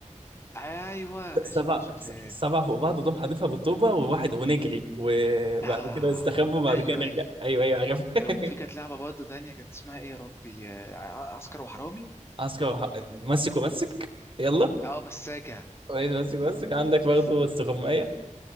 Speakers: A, on the left; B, on the right.
A: ايوه
B: سبع
A: السبع شقفات
B: سبع فوق بعض وتقوم حادفها بالطوبة وواحد ونجري وبعد
A: اه
B: كده نستخبى وبعد
A: ايوه
B: كده نرجع
A: ايوه
B: أيوه أيوه عارف <laughs>
A: وفي كانت لعبه برضه تانية كانت اسمها ايه يا ربي آه، ع- عسكر وحرامي
B: عسكر وح- مسك ومسك يلا
A: اه مساجة
B: كويس مسك ومسك عندك برضه
A: مساجة
B: استغماية <laughs>